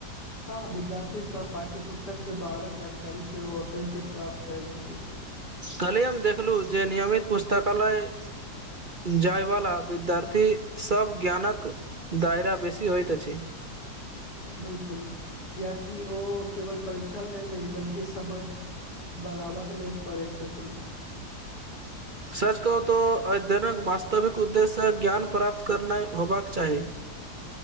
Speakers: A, on the left; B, on the right.
A: हँ, विद्यार्थी सभ पाठ्य पुस्तकसे बारत जानकारी सेहो ओतहि से प्राप्त करैत छथिन।
B: कहलियी हम देखलहु जे नियमित पुस्तकालय जाय वालला विद्यार्थी सभ ज्ञानक दायरा बेसी होइत अछि।
A: बिल्कूल कियाकि ओ केवल परीक्षा लेल नहि बल्कि समझ। बढ़ाबऽ के लेल पड़ैत छथिन
B: सच कहू तो अध्ययन वास्तविक उद्देश्यसँ ज्ञान प्राप्त करना होबाक चाही।